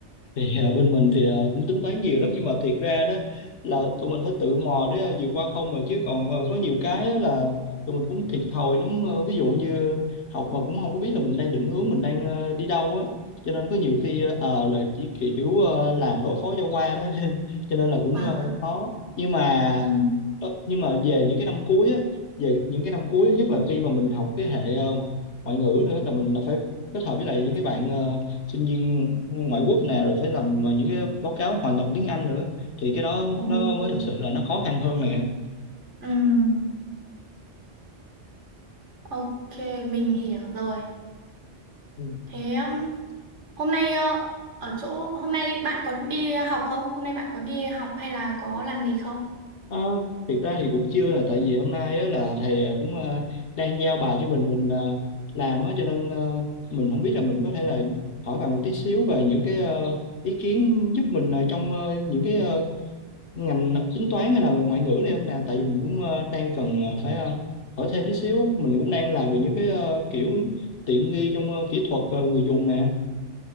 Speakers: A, on the left; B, on the right.
A: Thì ờ, bên mình thì ờ, cũng tính toán nhiều lắm nhưng mà thiệt ra đó là tụi mình phải tự mò để ờ, vượt qua không mà chứ còn ờ, có nhiều cái á là tụi mình cũng thiệt thòi lắm Ờ, ví dụ như học mà cũng không có biết là mình đang định hướng mình đang ờ, đi đâu á cho nên có nhiều khi ờ, ờ, là chỉ kiểu ờ, làm đối phó cho qua đó <laughs> cho nên là cũng
B: À,
A: ờ, khó nhưng mà
B: ừ,
A: Ờ, nhưng mà về những cái năm cuối á về những cái năm cuối nhất là khi mà mình học cái hệ ờ, ngoại ngữ nữa là mình là phải kết hợp với lại những cái bạn ờ, sinh viên ngoại quốc nè rồi phải làm ờ, những cái báo cáo hoàn toàn tiếng Anh nữa thì cái đó
B: ừ,
A: nó mới thực sự là nó khó khăn hơn nè
B: ừ, ok, mình hiểu rồi.
A: Ừ.
B: Thế um, hôm nay ờ, ở chỗ hôm nay bạn có đi học không? Hôm nay bạn có đi học hay là có làm gì không?
A: Ờ, thiệt ra thì cũng chưa là tại vì hôm nay á, là thầy ờ, cũng ờ, đang giao bài cho mình mình ờ, làm á cho nên ờ, mình không biết là mình có thể là hỏi bạn một tí xíu về những cái ờ, ý kiến giúp mình ờ, trong ờ, những cái ờ, ngành tính toán hay là ngoại ngữ này không nè tại vì mình cũng ờ, đang cần ờ, phải ờ, hỏi thêm tí xíu á. mình cũng đang làm về những cái ờ, kiểu tiện nghi trong ờ, kỹ thuật ờ, người dùng nè